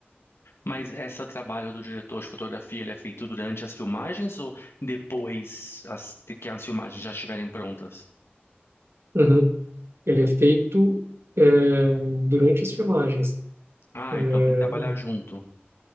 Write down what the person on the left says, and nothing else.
Mas esse trabalho do diretor de fotografia, ele é feito durante as filmagens ou depois as- que as filmagens já estiverem prontas?
Ah,
então tem que trabalhar junto.